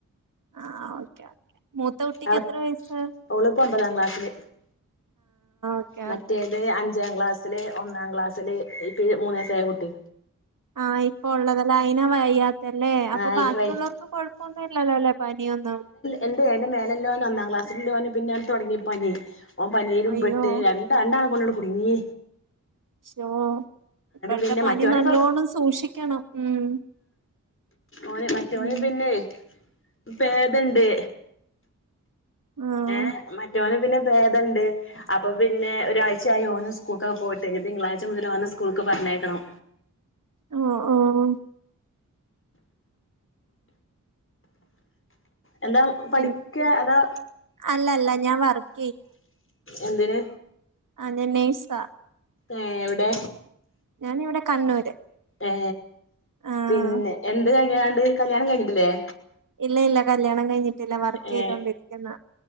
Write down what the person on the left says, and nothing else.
അവി
ഓളിപ്പോ ഒമ്പതാം ക്ലാസ്സില്
മറ്റേല്
അഞ്ചാം ക്ലാസ്സില് ഒന്നാം ക്ലാസ്സില് ഇപ്പ മൂന്ന വയസ ആയ കുട്ടി
ആ അയിന്
എന്റെ മേലല്ലോൻ ഒന്നാംക്ലാസ് ഇ പിന്നെ തുടങ്ങി പനി ഓ പനരും
പെട്ട് രണ്ട രണ്ടാണ് കൊണ്ടോടി കുടുങ്ങീ
പിന്നെ
മറ്റോനിപ്പം
ഓന മറ്റോന്
പിന്നെ പേതണ്ട്
ഏ മറ്റന്ന് പിന്നെ ഭേദമണ്ട് അപ്പ പിന്നെ ഒരാഴ്ചയായി ഓന സ്കൂൾക്കെ പോയിട്ട് തിങ്കളാഴ്ച മുതൽ ഓന സ്കൂൾ പറഞ്ഞേക്കണം
എന്താ പഠിക്ക
അതാ
എന്തിന്
ഏ എവിടെ
ഏ
പിന്നെ എന്ത് കഴിഞ്ഞാണ്ട് കല്യാണം കഴിഞ്ഞിട്ടില്ലേ
ഏ